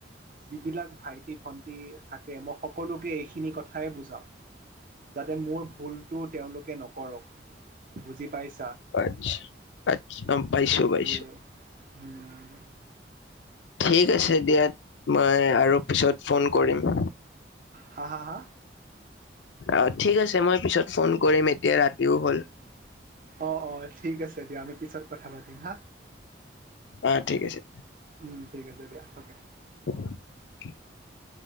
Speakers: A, on the right; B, on the left.
A: যিবিলাক ভাইটি ভন্টি থাকে মই সকলোকে এইখিনি কথাই বুজাও। যাতে মোৰ ভুলটো তেওঁলোকে নকৰক, বুজি পাইছ
B: আচছা, আটছ অ', পাইছো-
A: সেইটোৱে
B: পাইছো।
A: উম,
B: ঠিক আছে দিয়া মই আৰু পিছত ফোন কৰিম।
A: হা হা- হা।
B: অ ঠিক আছে মই পিছত ফোন কৰিম এতিয়া ৰাতিও হ'ল।
A: অ'- অ' ঠিক আছে দিয়া আমি পিছত কথা পাতিম হা।
B: অ', ঠিক আছে।
A: উম, ঠিক আছে দিয়া অ'কে।
B: <inaudible>